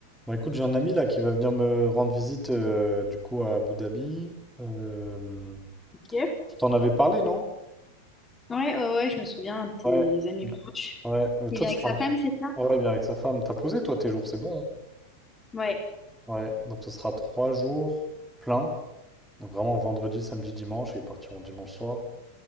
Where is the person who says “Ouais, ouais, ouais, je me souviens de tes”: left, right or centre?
Left